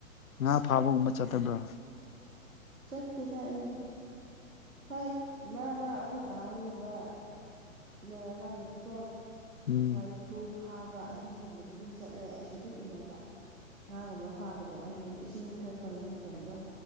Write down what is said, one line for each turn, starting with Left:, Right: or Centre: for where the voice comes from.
Left: ꯉꯥ ꯐꯥꯕꯒꯨꯝꯕ ꯆꯠꯇꯕ꯭ꯔꯥ
Right: ꯆꯠꯇꯦꯗ ꯑꯩꯗꯤ ꯍꯣꯏ ꯃꯔꯛ ꯃꯔꯛ ꯑꯩꯈꯣꯏ ꯗꯥ ꯍꯣꯏꯒꯨꯝꯕ ꯂꯩꯔꯀꯥꯟꯗꯗꯤꯀꯣ
Left: ꯎꯝ
Right: ꯋꯥꯏ ꯈꯨꯨ ꯐꯥꯕ ꯑꯍꯤꯡꯒꯨꯝꯕꯗ ꯑꯗꯨꯝ ꯆꯠꯂꯦ ꯑꯩꯁꯨ ꯑꯗꯨꯝ ꯏꯟꯅꯕ ꯉꯥꯒꯨꯝꯕ ꯐꯥꯕꯗꯣ ꯑꯍꯤꯡꯗ ꯏꯁꯤꯡ ꯈꯔ ꯀꯪꯕ ꯃꯇꯝꯗꯣ